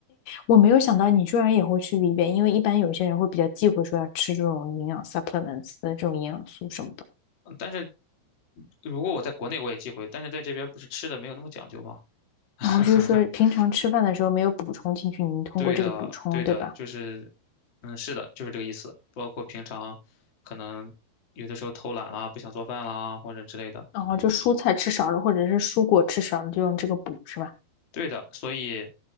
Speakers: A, on the left (about 70°); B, on the left (about 35°).
A: 我没有想到你居然也会吃 VB，因为一般有些人会比较忌讳说要吃这种营养 supplements 的这种营养素什么的，
B: 但是如果我在国内我也忌讳，但是在这边不是吃的没有那么讲究吗？<laughs>
A: 然后就是说平常吃饭的时候没有补充进去，你通过这个补充，
B: 对的，对的，
A: 对吧？
B: 就是，嗯，是的，就是这个意思。包括平常可能有的时候偷懒啦，不想做饭啦，或者之类的。
A: 然后就蔬菜吃少了，或者是蔬果吃少了，就用这个补，是吧？
B: 对的，所以